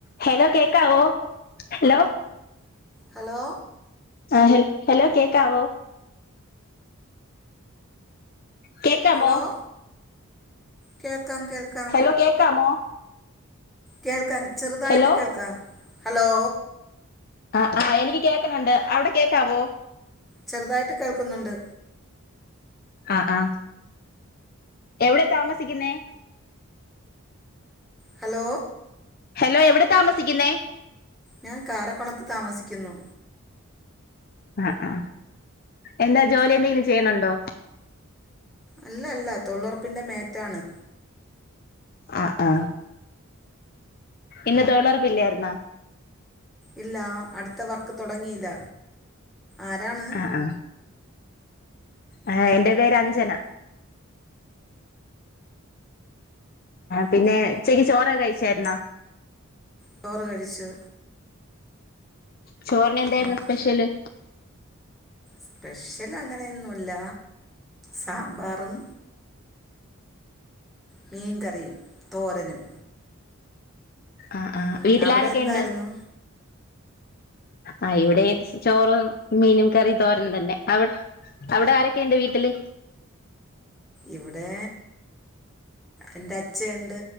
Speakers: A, on the left; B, in the centre.
A: Hello കേക്കാവോ hello
B: hello
A: ആഹ് ഹൽ ഹലോ കേക്കാവോ കേക്കാമോ
B: ഹലോ കേൾക്കാം കേൾക്കാം
A: ഹലോ കേക്കാമോ
B: കേൾക്കാം ചെറുതായിട്ട്
A: ഹലോ
B: കേൾക്കാം ഹലോ
A: ആഹ് ആഹ് എനിക്ക് കേക്ക്ണ് ണ്ട് അവിടെ കേക്കാവോ
B: ചെറുതായിട്ട് കേൾക്കുന്നുണ്ട്
A: ആഹ് ആഹ് എവിടെ താമസിക്കുന്നെ
B: ഹലോ
A: ഹലോ എവിടെ താമസിക്കുന്നേ
B: ഞാൻ കാരക്കുണത്ത് താമസിക്യുന്നു.
A: ആഹ് ആ എന്താ ജോലി എന്തെങ്കിലും ചെയ്യണണ്ടോ?
B: അല്ലല്ല തൊളൊറപ്പിന്റെ മേറ്റാണ്.
A: ആഹ് ആഹ് ഇന്ന് തൊയ്ലുറപ്പില്ലായിരുന്നാ?
B: ഇല്ല അട്ത്ത വർക്ക് തൊടങ്ങീല്ല ആരാണ്?
A: ആ ആ ആ എന്റെ പേര് അഞ്ജന. പിന്നെ ഉച്ചക്ക് ചോറക്കെ കഴിച്ചായിരുന്നോ?
B: ചോറ് കഴിച്ചു.
A: ചോറിനെന്തായിരുന്നു
B: പിന്നെ
A: സ്പെഷ്യല്?
B: സ്പെഷ്യൽ അങ്ങനെയൊന്നുല്ല സാമ്പാറും മീൻകറിയും തോരനും.
A: ആഹ് ആ
B: ഉം,
A: വീട്ടിലാരെക്കെണ്ട്?
B: അവിടെ എന്തായിരുന്നു
A: ആ ഇവിടെ ചോറും മീനും കറിം തോരൻ തന്നെ അവ് അവ്ടെ ആരൊക്കെ ഇണ്ട് വീട്ടില്?
B: ഇവിടെ എന്റെ അച്ഛയുണ്ട്